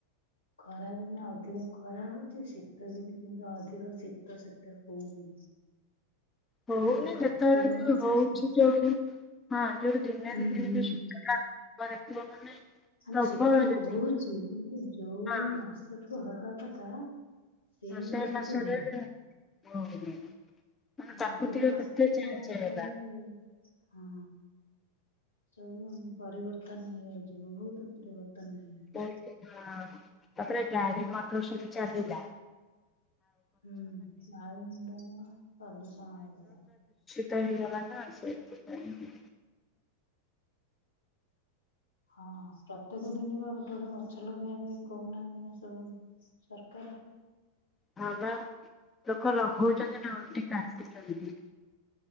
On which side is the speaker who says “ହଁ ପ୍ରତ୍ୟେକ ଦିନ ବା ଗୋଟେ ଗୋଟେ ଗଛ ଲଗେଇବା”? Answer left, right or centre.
Left